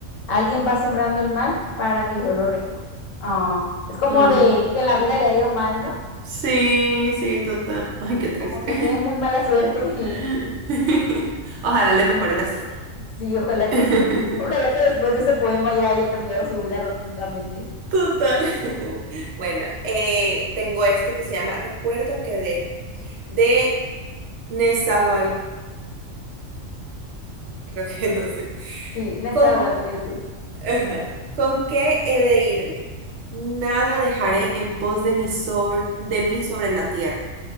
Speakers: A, on the left; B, on the right.
A: Alguien va sembrando el mal para que yo lo recoja. Ah, es como
B: Ah,
A: de que en la vida le ha ido mal, ¿no?
B: sí, sí, total. <laughs> Ay, qué triste.
A: Como que tiene muy mala suerte. <laughs>
B: <laughs> Ojalá le mejore la suerte.
A: Sí, ojalá que
B: <laughs>
A: sí. Ojalá que después de ese poema ya haya cambiado su vida rotundamente.
B: Total. <laughs> Bueno, eh, tengo este que se llama Recuerdo que dejo, de Nezahualcóyotl, creo que <laughs> no sé.
A: Sí, Netzahualcóyotl.
B: con Ajá. ¿Con qué he de irme? Nada dejaré en pos de mí sobre, de mí sobre la tierra.